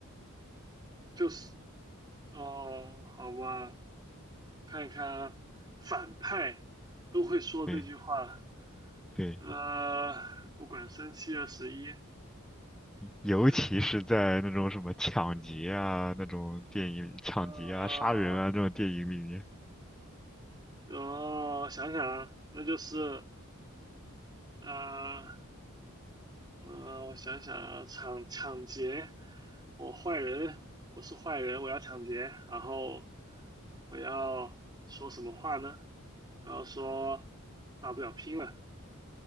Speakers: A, on the right; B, in the centre.
A: 就是哦，好吧，看一看啊反派都会说这句话，
B: 对，对。
A: 呃，不管三七二十一，
B: 尤其是在那种什么抢劫啊那种电影里抢劫啊、
A: 嗯。哦，
B: 杀人啊这种电影里面，
A: 哦，想想啊，那就是啊，呃，呃我想想啊，抢抢劫，我坏人，我是坏人，我要抢劫，然后我要说什么话呢？然后说大不了拼了，